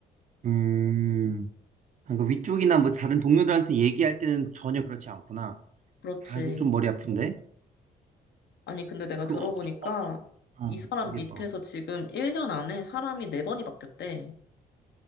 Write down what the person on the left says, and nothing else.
그렇지.
아니, 근데 내가
들어보니까
이 사람
밑에서 지금 1년 안에 사람이 4번이 바뀌었대.